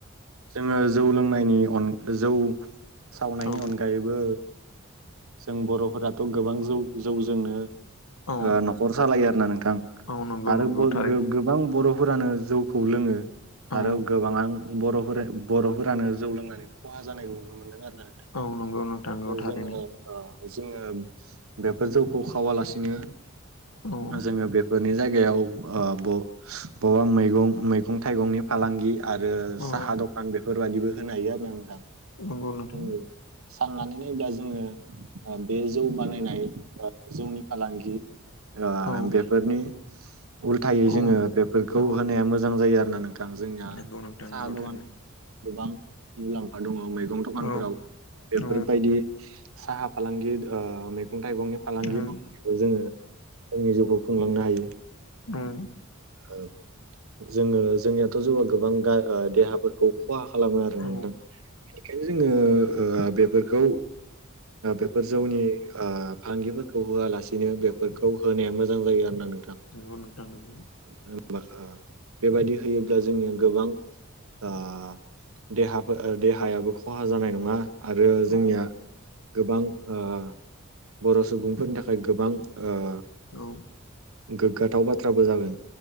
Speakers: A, on the right; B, on the left.
A: जोङो जौ लोंनायनि जौ सावनायनि
B: औ
A: अनगायैबो। जों बर'फोराथ' गोबां जौ जौजोंनो।
B: औ
A: न'खर सालायो आरो ना नोंथां।
B: औ नंगौ
A: आरो
B: नंगौ
A: <unintelligible>
B: थारैनो
A: गोबां बर'फोरानो जौखौ लोङो
B: औ
A: आरो गोबां आं। बर'फोरानो जौ लोंनानै खहा जानायखौ नुनो मोनदों नोंथां। आरो
B: औ नंगौ नोंथां औ
A: ओ
B: थारैनो
A: जोङो। ओ जोङो बेफोर जौखौ खावालासिनो
B: औ
A: जोङो बेफोरनि। जायगायाव ओ बबेबा मैगं थाइगंनि फालांगि आरो
B: औ
A: साहा दखान बेफोरबायदिबो होनो हायो आरोना नोंथां।
B: नंगौ नोंथां
A: <unintelligible> साननानै नायोबा जोङो बे जौ बानायनाय ओ जौनि फालांगि। ओ
B: औ
A: बेफोरनि उल्थायै
B: औ
A: जोङो बेफोरखौ
B: औ
A: होनाया मोजां जायो आरो नोंथां। गोबां जोंनिया
B: नंगौ नोंथां
A: साहा
B: नंगौ
A: दखान
B: थारैनो
A: गोबां मुलाम्फा दङ मैगं दखानफोराव।
B: औ
A: बेफोरबायदि
B: औ
A: साहा फालांगि ओ मैगं थाइगंनि फालांगि
B: औ
A: मावनायखौ जोङो जोंनि जिउखौ खुंलांनो हायो।
B: ओम।
A: ओ जोङो जोंनियाथ' जौआ गोबां देहाफोरखौ खहा खालामो आरो
B: औ
A: ना नोंथां बेनिखायनो जोङो बेफोरखौ। बेफोर जौनि फालांगिफोरखौ होआलासिनो बेफोरखौ होनाया मोजां जायो आरो ना नोंथां।
B: नंगौ नोंथां नंगौ।
A: <unintelligible> बेबायदि होयोबा जोंनिया गोबां ओ देहायाबो खहा जानाय नङा। आरो
B: औ
A: जोंनिया गोबां ओ बर' सुबुंफोरनि थाखाय गोबां ओ
B: औ
A: गोग्गाथाव बाथ्राबो जागोन